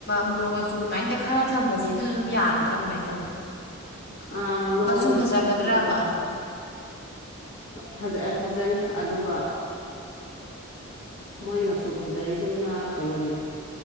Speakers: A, on the left (about 55°); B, on the left (about 80°).
A: ꯃꯣꯔꯣꯛ ꯃꯆꯨ ꯑꯗꯨꯃꯥꯏ ꯇꯛꯈꯥꯏꯔ ꯊꯝꯕꯗꯤ ꯑꯗꯨꯁꯨ ꯑꯗꯨꯝ ꯌꯥꯒꯗ꯭ꯔꯥ ꯀꯃꯥꯏ ꯇꯧꯅꯤ
B: ꯑꯥ ꯂꯣꯛꯑꯅꯤ
A: ꯃꯆꯨ ꯐꯖꯒꯗ꯭ꯔꯕ
B: ꯑꯗꯨꯒ ꯐꯖ ꯐꯖꯅꯤ ꯑꯗꯨꯒ ꯃꯣꯏꯅ ꯃꯆꯨ ꯐꯖꯔꯤꯗꯨꯅ ꯀꯩꯅꯣꯅꯤꯗ